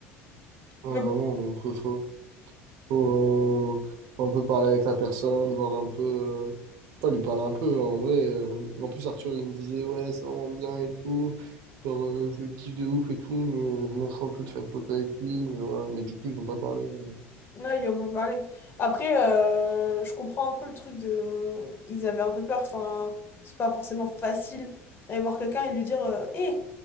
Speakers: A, on the right (about 65°); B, on the left (about 30°).
A: Ouais,
B: Mais
A: vraiment,
B: bon,
A: donc, faut. faut- Faut, faut un peu parler avec la personne, voir un peu. euh, Pas lui parler un peu, en vrai. euh, En plus, Arthur, il me disait, ouais, c'est vraiment bien et tout. Genre, euh, je le kiffe de ouf et tout, mais je m'en fous un peu de faire une photo avec lui. Mais, ouais, mais du coup, ils ont pas parlé. mais-
B: là, il en peut parler. Après, euh, je comprends un peu le truc de. Ils avaient un peu peur. Enfin, c'est pas forcément facile d'aller voir quelqu'un et de lui dire euh, Hé,